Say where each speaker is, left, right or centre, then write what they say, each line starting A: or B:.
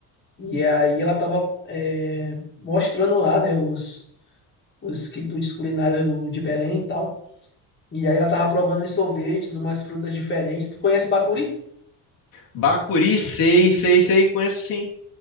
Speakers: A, on the left; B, on the left.
A: E aí ela tava é, mostrando lá, né? Os, os quitutes culinários do- de Belém e tal. E aí ela tava provando uns sorvetes, umas frutas diferentes. Tu conhece bacuri?
B: Bacuri, sei, sei, sei, conheço sim.